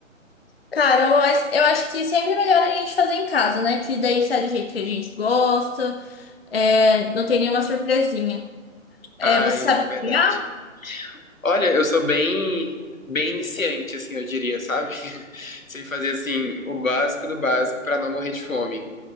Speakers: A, on the left (about 45°); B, on the left (about 75°).
A: Cara, eu, ac- eu acho que sempre é melhor a gente fazer em casa, né? Que daí sai do jeito que a gente gosta, é, não tem nenhuma surpresinha. É,
B: Ai,
A: você sabe
B: é verdade.
A: cozinhar?
B: Olha, eu sou bem, bem iniciante, assim, eu diria, sabe? <laughs> Sei fazer, assim, o básico do básico pra não morrer de fome.